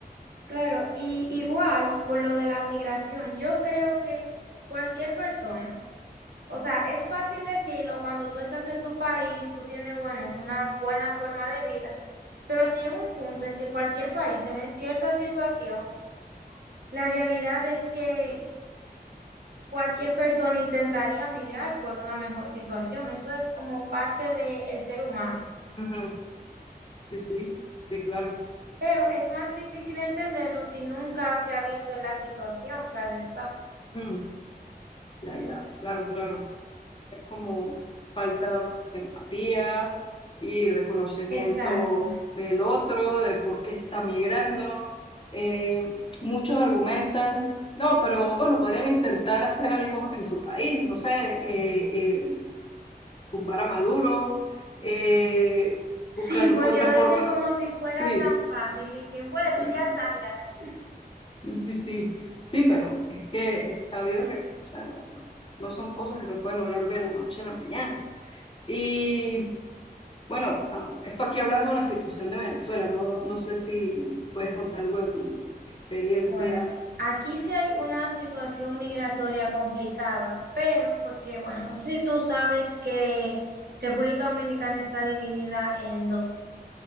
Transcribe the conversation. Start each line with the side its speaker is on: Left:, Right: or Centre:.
Right: claro. Y igual con lo de la migración, yo creo que cualquier persona, o sea, es fácil decirlo cuando tú estás en tu país, tú tienes, bueno, una buena forma de vida, pero si llega un punto en que cualquier país se ve en cierta situación, la realidad es que cualquier persona intentaría migrar por una mejor situación. Eso es como parte del ser humano.
Left: Ujú. Sí, sí, sí, claro.
Right: Pero es más difícil entenderlo si nunca se ha visto en la situación, claro está.
Left: Mm, ya, ya, claro, claro. Es como falta de empatía y reconocimiento
Right: Exacto.
Left: del otro, de por qué está migrando. Eh, muchos argumentan, no, pero bueno, podrían intentar hacer algo en su país, no sé, eh, eh, tumbar a Maduro, eh, buscar
Right: Sí, porque
Left: otras
Right: lo dicen
Left: formas.
Right: como si fuera
Left: Sí,
Right: tan fácil y que, bueno,
Left: sí,
Right: ya sálgase.
Left: sí, sí, sí, pero es que es sabido que, o sea, no, no, no son cosas que se pueden lograr de la noche a la mañana. Y bueno, ah, esto aquí hablando de la situación de Venezuela, no, no sé si puedes contar algo de tu experiencia.
Right: Bueno, aquí sí hay una situación migratoria complicada, pero porque, bueno, no sé si tú sabes que República Dominicana está dividida en dos.